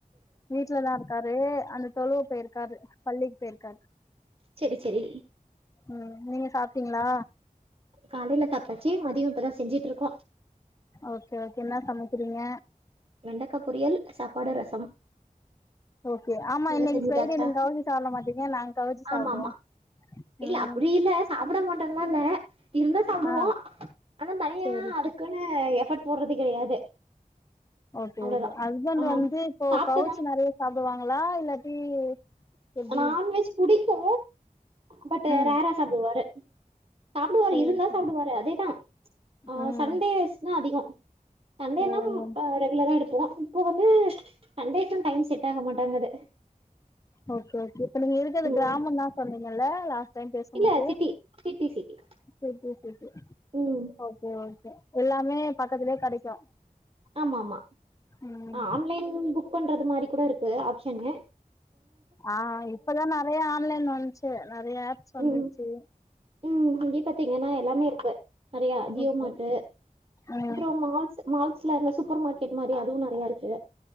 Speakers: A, on the left (about 20°); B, on the right (about 40°).
A: வீட்லதா இருக்காரு அந்த தொழுவ போயிருக்காரு பள்ளிக்கு போயிருக்காரு
B: செரி செரி
A: ம் நீங்க சாப்ட்டீங்களா
B: காலேல சாப்டாச்சி மதியோ இப்பதா செஞ்சிட் இருக்கோ
A: ஓகே ஓகே என்ன சமைக்கிறீங்க
B: வெண்டக்கா பொரியல் சாப்பாடு ரசம்
A: ஓகே ஆமா
B: நீங்க
A: இன்னக்கி
B: செஞ்சுட்டாச்சா
A: ஃப்ரைடே நீங்க கவச்சி சாப்ட மாட்டீங்க நாங்க கவச்சி சாப்டுவோ
B: ஆமா ஆமா இல்ல
A: ம்
B: அப்டி இல்ல சாப்ட மாட்டோன்லா இல்ல இருந்தா சாப்டுவோ
A: ஆ
B: ஆனா தனியா
A: சேரி
B: அதுக்குன்னு எஃபர்ட் போடுறது கெடையாது
A: ஓகே
B: அவ்ளோதா
A: ஓகே ஹஸ்பண்ட்
B: ஆ
A: வந்து இப்போ
B: சாப்ட்டதா
A: கவுச்சி நெறையா சாப்டுவாங்களா இல்லாட்டி எப்டி
B: நான்வெஜ் புடிக்கு பட்
A: ம்
B: ரேரா சாப்டுவாரு சாப்டுவாரு
A: சேரி
B: இருந்தா
A: சேரி
B: சாப்டுவாரு அதேதா ஆ
A: ம்
B: சண்டேஸ்ன்னா அதிகோ சண்டேன்னா
A: ம்
B: ஆ ரெகுலரா எடுப்போ இப்ப வந்து சண்டேஸ் டைம் செட் ஆக மாட்டாங்குது
A: ஓகே ஓகே இப்ப நீங்க இருக்கது
B: ம்
A: கிராமந்தா சொன்னீங்கல்ல லாஸ்ட் டைம் பேசம்போது
B: இல்ல சிட்டி சிட்டி சிட்டி
A: செரி செரி செரி செரி
B: ம்
A: ஓகே ஓகே எல்லாமே பக்கத்துலயே கெடைக்கு
B: ஆமா ஆமா
A: ம்
B: ஆன்லைன் புக் பண்றது மாரி கூட இருக்கு ஆப்ஷன்னு
A: ஆஹ் இப்பதான் நிறைய ஆன்லைன் வந்துச்சு நிறைய ஆப்ஸ் வந்துச்சு
B: ம் ம் இங்க பாத்தீங்கன்னா எல்லாமே இருக்கு நிறைய ஜியோ
A: ஓகே
B: மார்டு
A: ம்
B: அப்புறம் மால்ஸ் மால்ஸ் மாரி சூப்பர் மார்க்கெட் மாரி அதுவும் நிறையா இருக்கு